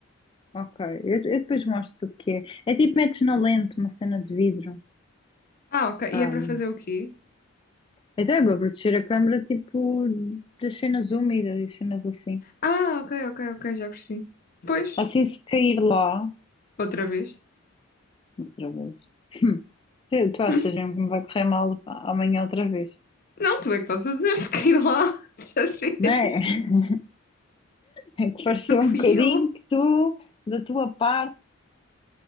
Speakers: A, on the left (about 25°); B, on the left (about 45°).
A: Ok, eu, eu depois mostro o que é. É tipo metes na lente uma cena de vidro.
B: Ah, ok. E
A: Ah,
B: é para fazer o quê?
A: até é para proteger a câmara tipo das cenas úmidas e cenas assim.
B: Ah, ok, ok, ok, já percebi. Pois,
A: Assim, se cair lá,
B: outra vez. <laughs>
A: outra vez. <laughs> Tu tu achas
B: Hum.
A: mesmo que me vai correr mal amanhã outra vez?
B: Não, tu é que estás a dizer se quer ir lá <laughs> outra vez.
A: Não é? <laughs> É que pareceu
B: Não fui
A: um bocadinho
B: eu.
A: que tu, da tua parte,